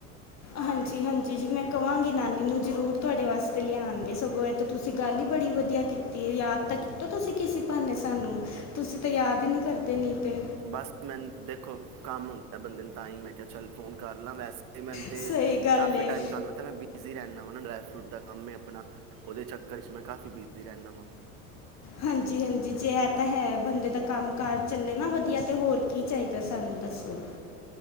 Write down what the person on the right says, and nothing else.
ਬਸ ਮੈਨ ਦੇਖੋ ਕੰਮ ਹੁੰਦਾ ਏ ਬੰਦੇ ਨੂ ਤਾਂ ਈ ਮੈਂ ਕੇਆ ਚੱਲ ਫ਼ੋਨ ਕਰ ਲਾਂ ਵੈਸੇ ਤੇ ਮੈਨ ਤੇ,
ਕਾਫੀ
ਟਾਈਮ ਤਾਨੂੰ ਪਤਾ ਮੈਂ ਬਿਜ਼ੀ ਰੈਨਾ ਵਾਂ <unintelligible> <unintelligible> ਕੰਮ ਏ ਅਪਨਾ ਓਦੇ ਚੱਕਰ 'ਚ ਮੈਂ ਕਾਫੀ ਬਿਦੀ ਰੈਨਾਂ ਵਾਂ।